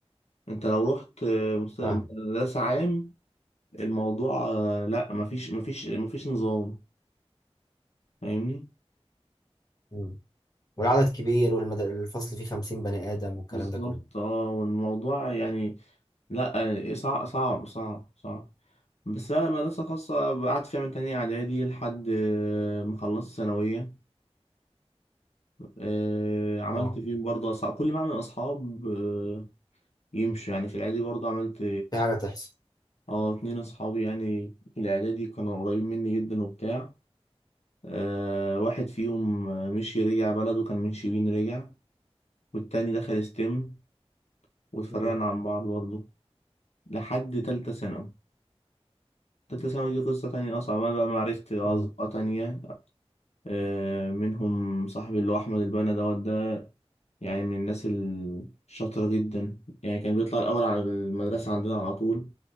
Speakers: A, on the left (about 85°); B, on the left (about 35°).
A: انت لو رحت آه، مست-
B: فاهم
A: مدرسة عام الموضوع آه، لا مفيش مفيش مفيش نظام فاهمني
B: مم. والعدد كبير والفصل فيه خمسين بني آدم والكلام
A: بالظبط
B: ده كله
A: اه والموضوع يعني لا آه، صعب صعب صعب صعب بس بقى مدرسة خاصة قعدت فيها من تانية إعدادي لحد آه، ما خلصت ثانوية آه، عملت
B: اه
A: فيه برضه أصحاب كل ما أعمل أصحاب آه، يمشوا يعني في الإعدادي برضه عملت
B: في حاجة تحصل
A: اه اتنين اصحابي يعني في الاعدادي كانوا قريبين مني جدا وبتاع آه واحد فيهم آه، مشي رجع بلده كان من شبين رجع والتاني دخل ستيم واتفرقنا
B: مم.
A: عن بعض برضه لحد تالتة ثانوي تالتة ثانوي دي قصة تانية أصعب أنا بقى معرفت أصدقاء
B: مم.
A: تانية آه منهم صاحبي اللي هو أحمد البنا دوت يعني من الناس الشاطرة جدا يعني كان بيطلع الأول على المدرسة عندنا على طول